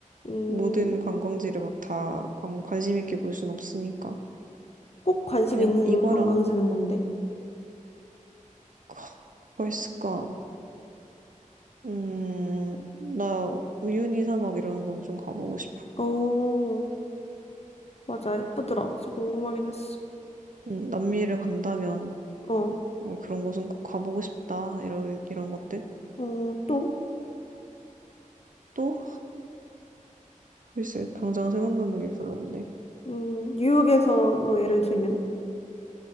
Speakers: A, on the left; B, on the right.
A: 음,
B: 모든 관광지를 막 다 관심 있게 볼 순 없으니까
A: 꼭 관심
B: 그냥
A: 있는
B: 이거랑
A: 관광지는 뭔데?
B: <sighs> 뭐가 있을까? 음, 나 우유니 사막 이런 건 좀 가보고 싶어.
A: 어. 맞아, 예쁘더라. 그래서 궁금하긴 했어.
B: 음, 남미를 간다면.
A: 어,
B: 어, 그런 곳은 꼭 가보고 싶다. 이런, 이런 것들.
A: 어, 또,
B: 또, 글쎄, 당장 생각나는 게 별로 없네.
A: 음, 뉴욕에서로 예를 들면,